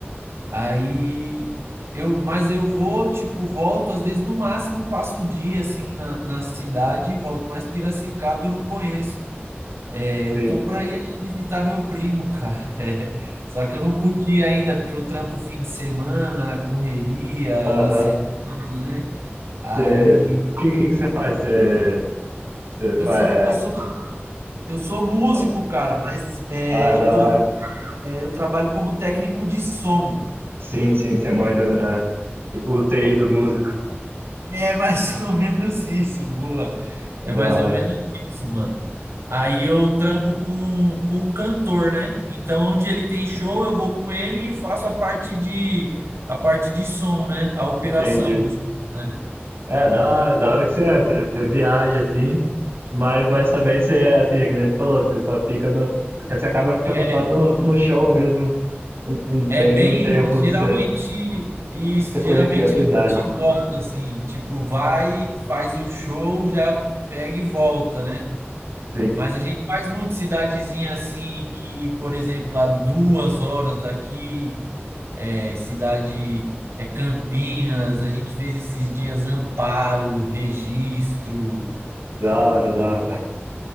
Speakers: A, on the right; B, on the right.
A: Aí eu, mas eu vou, tipo, volto, às vezes no máximo passo o dia assim na, na cidade e volto, mas Piracicaba eu não conheço. Eu
B: Sim.
A: tô para
B: é.
A: ir visitar meu primo, cara. <laughs> É, só que eu não pude ir ainda porque eu trampo fim de semana, correria
B: Aham.
A: na semana, né? Aí
B: Você, que que que você faz? Você, você faz,
A: eu sou, eu sou, eu sou músico,
B: fala,
A: cara, mas é,
B: ah,
A: eu
B: da
A: tô,
B: hora.
A: é, eu trabalho como técnico de som.
B: Sim, sim, você manja, é, tipo o TI do músico,
A: É mais <laughs> ou menos isso, boa. É mais
B: da hora.
A: ou menos isso, mano. Aí eu trampo com, com um cantor, né? Então, onde ele tem show, eu vou com ele e faço a parte de a parte de som, né? A operação
B: Entendi.
A: do som, né?
B: É, da hora, da hora que você, é, você, você viaja assim, mas, mas também você, assim, é que nem você falou, você só fica no, você acaba ficando
A: É,
B: só no, no show mesmo. Não, não
A: é
B: tem
A: bem
B: um tempo de
A: geralmente
B: você,
A: isso,
B: você
A: geralmente
B: conhecer a cidade.
A: é bate e volta, assim, tipo, vai, faz o show, já pega e volta, né?
B: Sim,
A: Mas a gente faz muito cidadezinha assim que, por exemplo, a duas horas daqui, é, cidade é Campinas, a gente fez esses dias Amparo, Registro.
B: da hora, da hora.